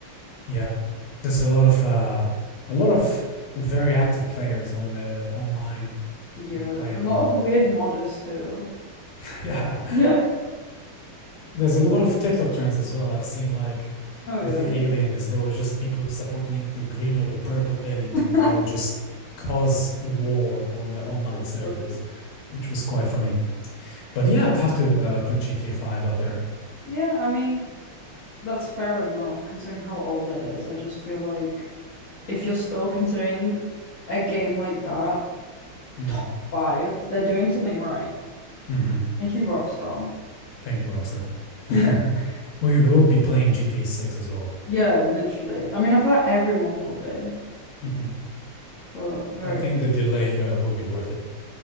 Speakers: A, on the left; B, on the left.
A: yeah. There's a lot of uh a lot of very active players on the online
B: Yeah.
A: player
B: A lot
A: mode.
B: of weird modders too.
A: <laughs> Yeah.
B: <laughs> Yeah.
A: There's a lot of TikTok trends as well. I've seen like
B: Oh
A: with
B: yeah.
A: the aliens, there were just people who supported either the green or the purple alien
B: <laughs>
A: team, and they would just cause war on the
B: That's
A: online
B: so
A: servers,
B: funny.
A: which was quite funny. But yeah, I'd have to uh, put GTA 5 up there.
B: Yeah, I mean, that's fair enough considering how old it is. I just feel like if you're still considering a game like that
A: Mm,
B: top five, they're doing something right.
A: hmm
B: Thank you, Rockstar. <laughs>
A: Thank you, Rockstar. <laughs>
B: Yeah.
A: We will be playing GTA 6 as well.
B: Yeah, literally. I mean, I feel like everyone will be,
A: Mhm.
B: but very.
A: I think the delay uh, will be worth it.